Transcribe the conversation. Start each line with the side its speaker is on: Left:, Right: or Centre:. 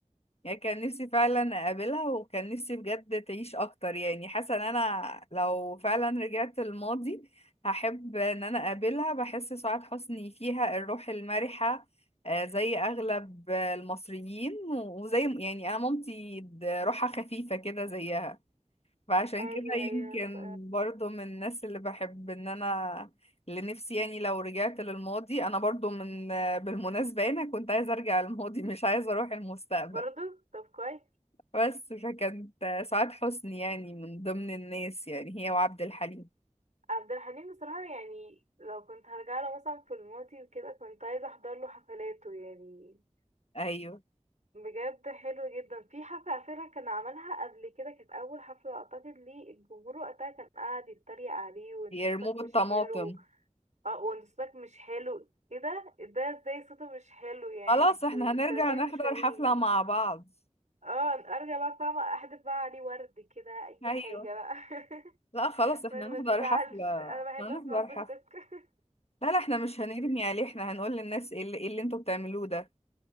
Left: يعني كان نفسي فعلا اقابلها وكان نفسي بجد تعيش اكتر يعني حاسه ان انا لو فعلا رجعت الماضي هحب ان انا اقابلها بحس سعاد حسني فيها الروح المرحه آه، زي اغلب آه، المصريين وزي يعني انا مامتي د- روحها خفيفه كده زيها فعشان
Right: أيوة
Left: كده
Right: أيوة
Left: يمكن
Right: ف
Left: برضو من الناس اللي بحب ان انا اللي نفسي يعني لو رجعت للماضي انا برضو من آه، بالمناسبه انا كنت عايزه ارجع للماضي مش عايزه اروح المستقبل
Right: برضو طب كويس
Left: بس فكانت سعاد حسني يعني من ضمن الناس يعني هي وعبد الحليم
Right: عبد الحليم بصراحة يعني لو كنت هرجع له مثلا في الماضي وكده كنت عايزة أحضر له حفلاته يعني
Left: ايوه
Right: بجد حلو جدا في حفلة على فكرة كان عملها قبل كده كانت أول حفلة أعتقد ليه الجمهور وقتها كان قاعد يتريق عليه وانت
Left: يرموه
Right: صوتك
Left: بالطماطم
Right: مش حلو اه وانت صوتك مش حلو ايه ده ده ازاي صوته مش حلو يعني
Left: خلاص
Right: انتوا
Left: احنا
Right: انتوا
Left: هنرجع
Right: ازاي
Left: نحضر
Right: مش فاهمين
Left: حفلة مع بعض
Right: اه ارجع بقى فاهمة احدف بقى عليه ورد كده اي
Left: ايوه
Right: حاجة بقى <laughs>
Left: لا خلاص احنا
Right: ما ما
Left: هنحضر
Right: تزعلش
Left: حفلة
Right: انا بحب
Left: هنحضر
Right: اسمع صوتك
Left: حفلة
Right: <laughs>
Left: لا لا احنا مش هنرمي عليه احنا هنقول للناس ايه اللي, إيه اللي انتوا بتعملوه ده